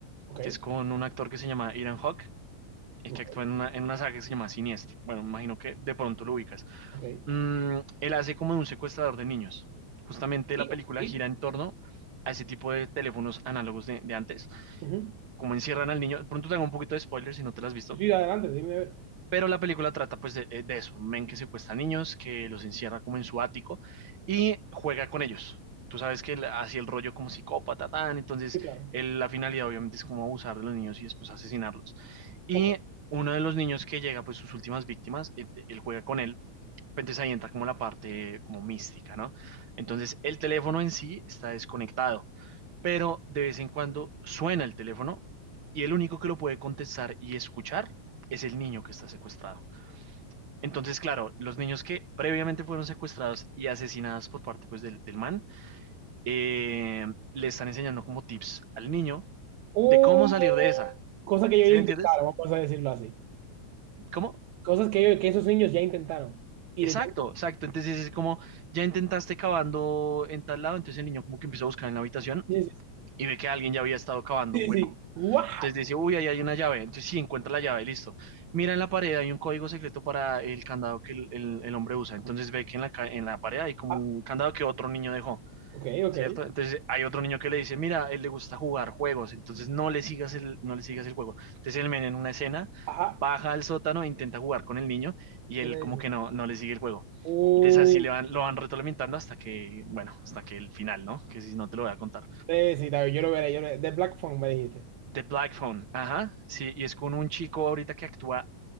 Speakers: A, on the right; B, on the right.
A: ok,
B: que es con un actor que se llama Ethan Hawke, eh,
A: ok,
B: que actúa en una, en una saga que se llama Siniestro. Bueno, me imagino que de pronto lo ubicas.
A: ok,
B: Mm, él hace como de un secuestrador de niños. Justamente
A: y-
B: la película
A: ok.
B: gira en torno a ese tipo de teléfonos análogos de, de antes.
A: Ujú.
B: Como encierran al niño. De pronto te hago un poquito de spoiler si no te las has visto
A: Sí, sí, adelante, dime. a ver.
B: pero la película trata pues de, eh, de eso, un men que secuestra niños, que los encierra como en su ático y juega con ellos. Tú sabes que él hacía el rollo como psicópata, tan, entonces
A: Sí, claro.
B: él- la finalidad obviamente es como abusar de los niños y después asesinarlos. Y
A: Ok.
B: uno de los niños que llega, pues sus últimas víctimas, eh, eh, él juega con él, entonces ahí entra como la parte como mística, ¿no? Entonces el teléfono en sí está desconectado, pero de vez en cuando suena el teléfono y el único que lo puede contestar y escuchar es el niño que está secuestrado. Entonces, claro, los niños que previamente fueron secuestrados y asesinados por parte pues, del, del man, eh, le están enseñando como tips al niño
A: Oh,
B: de cómo salir de esa.
A: cosa que yo
B: ¿Sí
A: ya
B: me
A: intentaron,
B: entiendes?
A: vamos a decirlo así.
B: ¿Cómo?
A: Cosas que, que esos niños ya intentaron. Y
B: Exacto,
A: de tanto
B: exacto. Entonces es como, ya intentaste cavando en tal lado, entonces el niño como que empieza a buscar en la habitación
A: dices,
B: y ve que alguien ya había estado cavando
A: sí,
B: un hueco.
A: sí, ¡guau!
B: Entonces dice, uy, ahí hay una llave. Entonces sí, encuentra la llave, listo. Mira en la pared, hay un código secreto para el candado que el, el- el hombre usa. Entonces ve que en la, ca- en la pared hay como
A: Ah,
B: un candado que otro niño dejó.
A: ok, ok,
B: ¿cierto? Entonces hay otro niño que le dice, mira, a él le gusta jugar juegos, entonces no le sigas el, no le sigas el juego. Entonces el men en una escena
A: ajá.
B: baja al sótano, e intenta jugar con el niño y él
A: Y le
B: como
A: dices,
B: que no, no le sigue el juego.
A: uh,
B: Entonces así le van, lo van retroalimentando hasta que, bueno, hasta que el final, ¿no? Que si no te lo voy a contar.
A: sí, sí, está bien, yo lo veré, yo lo veré. The Black Phone me dijiste.
B: The Black Phone, ajá, sí, y es con un chico ahorita que actúa,